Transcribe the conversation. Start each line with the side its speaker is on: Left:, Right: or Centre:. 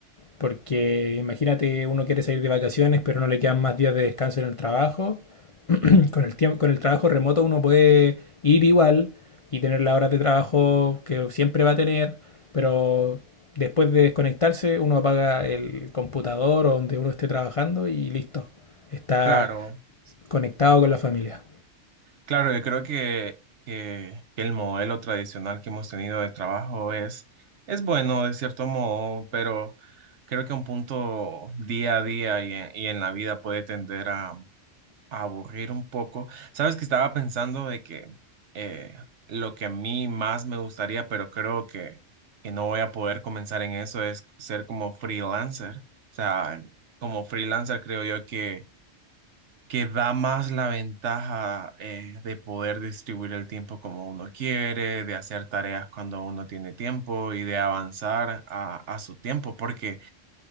Left: Porque imagínate, uno quiere salir de vacaciones, pero no le quedan más días de descanso en el trabajo con el tiempo, con el trabajo remoto uno puede ir igual y tener las horas de trabajo que siempre va a tener, pero después de desconectarse uno apaga el computador o donde uno esté trabajando y listo, está
Right: Claro,
Left: conectado con la familia.
Right: claro, yo creo que, que, que el modelo tradicional que hemos tenido de trabajo es, es bueno de cierto modo, pero creo que un punto día a día y en, y en la vida puede tender a aburrir un poco. Sabes que estaba pensando de que eh, lo que a mí más me gustaría, pero creo que, que no voy a poder comenzar en eso, es ser como freelancer. O sea, como freelancer creo yo que, que da más la ventaja eh, de poder distribuir el tiempo como uno quiere, de hacer tareas cuando uno tiene tiempo y de avanzar a, a su tiempo, porque